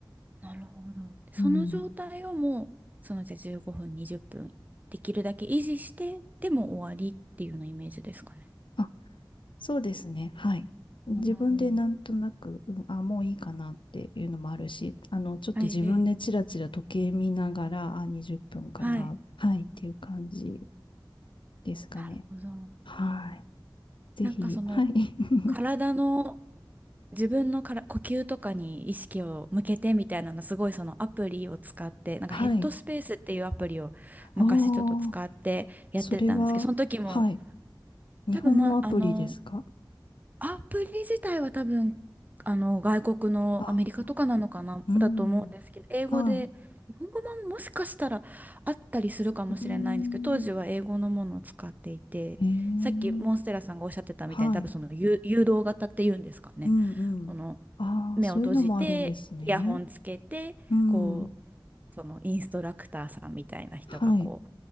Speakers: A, on the right; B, on the left.
A: なるほど。その状態をもうそのじゃあ15分20分できるだけ維持してでも終わりっていうようなイメージですかね。
B: うん。あ、そうですね。はい。自分でなんとなく、
A: うん
B: うん、あ、もういいかなっていうのもあるし、あの、ちょっと自分でチラチラ時計見ながら、
A: はいはい
B: あ、20分かな、
A: はいはい。
B: はい、っていう感じですかね。
A: なるほど。
B: はい。ぜひ、
A: なんかその
B: はい。<laughs>
A: 体の自分のから呼吸とかに意識を向けてみたいなのすごいそのアプリを使ってなんかヘッドスペースっていうアプリを昔ちょっと使ってやってたんですけどその時も
B: はい。ああ、それは、はい。日本のアプリですか
A: 多分まあのアプリ自体は多分あの外国のアメリカとかなのかなだと思うんですけど英語で日本語ももしかしたらあったりするかもしれないんですけど当時は英語のものを使っていてさっきモンステラさんがおっしゃってたみたいに多分その誘誘導型っていうんですかね
B: あ、うん。はい。うん。へえ。はい。うんうん。
A: この
B: ああ、
A: 目を閉じて、
B: そういうのもあるんですね。
A: イヤホンつけて、
B: うん。
A: こう、そのインストラクターさんみたいな人がこ
B: はい。